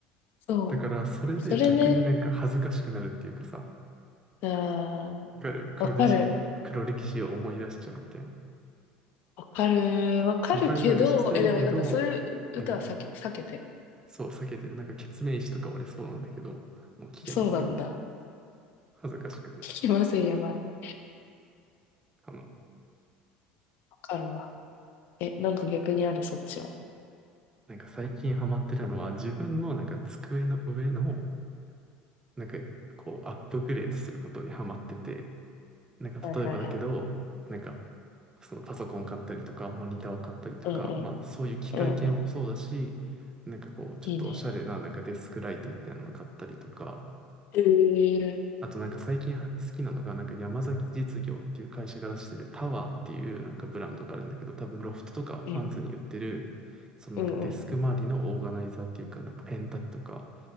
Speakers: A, on the left; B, on the right.
A: そ
B: だから、それで逆になんか恥ずかしくなるっていうかさ、
A: う。それね、あー、
B: わかる黒歴史、
A: わかる。
B: 黒歴史を思い出しちゃうみたいな。
A: わかる。わかるけど、
B: リバイバルしたいけど、
A: え、でもなんかそういう歌は避け、
B: うん、
A: 避けてる。
B: そう、避けてる。なんか、ケツメイシとか俺そうなんだけど、もう聞けません。
A: そうなんだ。
B: 恥ずかしくて。
A: 聞きません、やばい。
B: あの、
A: わかるわ。え、なんか逆にある、そっちは。
B: なんか最近ハマってるのは、自分のなんか机の上の、なんか、こう、アップグレードすることにハマってて、なんか、
A: はいはいはい。
B: 例えばだけど、なんか、そのパソコンを買ったりとか、モニターを買ったりとか、
A: うんうん。
B: まあ、そういう機械系もそうだし、
A: うんうん。
B: なんかこう、ちょっとおしゃれな、
A: いいね。
B: なんかデスクライトみたいなの買ったりとか、
A: へえ。
B: あとなんか最近好きなのが、なんか山崎実業っていう会社が出してるタワーっていうなんかブランドがあるんだけど、多分ロフトとかハンズに売ってる、
A: うん。
B: そのなんかデスク周りのオーガナイザーっていうか、
A: うんうんうん。
B: なんかペン立てとか、